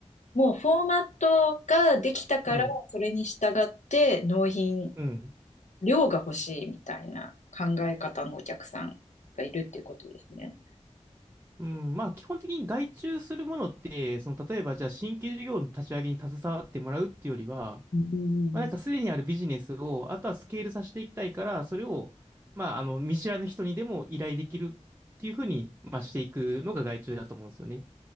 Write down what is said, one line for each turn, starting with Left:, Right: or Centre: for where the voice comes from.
Left: もうフォーマットができたから、
Right: はい。
Left: それに従って納品、
Right: うん。
Left: 量が欲しいみたいな考え方のお客さんがいるっていうことですね。
Right: うん。まあ、基本的に外注するものって、その、例えば、じゃあ、新規事業の立ち上げに携わってもらうっていうよりは、
Left: うんうん
Right: まあ、なんか、
Left: うん
Right: すでにあるビジネスを、あとはスケールさせていきたいから、それを、まあ、あの、見知らぬ人にでも依頼できるっていうふうに、まあ、していくのが外注だと思うんですよね。